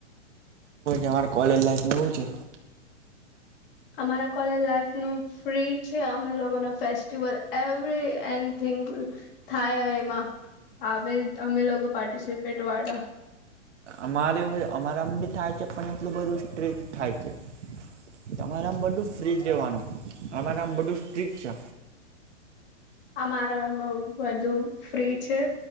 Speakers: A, on the right; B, on the left.
A: અમા કોલેજ લાઈફનું એવું છે.
B: અમારા કોલેજ લાઈફનું. ફ્રી છે અમે લોકોના ફેસ્ટિવલ એવરી એનિથિંગ. થાય એમાં આવે અમે લોકો પાર્ટિસિપેટ વાળા.
A: અમારે અમારામ બી થાય છે પણ એટલું બધું સ્ટ્રીક થાય છે. તમારા માં બધું ફ્રીજ રેવાનું અમાર આમ બધું સ્ટ્રિક છે.
B: અમારામાં બધુ ફ્રી છે.